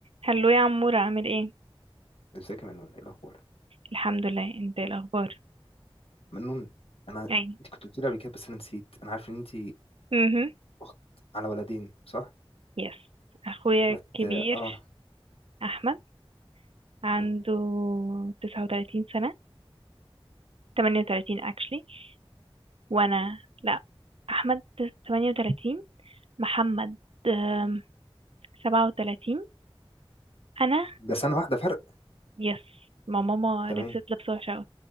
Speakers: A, on the right (about 75°); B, on the left (about 75°).
A: هلو يا عمور عامل ايه
B: ازيك يا منون ايه الاخبار
A: الحمد لله انت إيه الاخبار
B: منون انا
A: اي
B: انت كنت قلت لي قبل كده بس انا نسيت انا عارف ان انت
A: امم
B: اخت على ولدين صح
A: يس اخويا
B: ما
A: الكبير
B: مت... اه
A: احمد عنده
B: مم.
A: 39 سنة 38 actually وانا لا احمد 38 محمد آم، 37 انا
B: ده سنه واحده فرق
A: يس ما ماما
B: تمام
A: لبست لبسة وحشة أوي.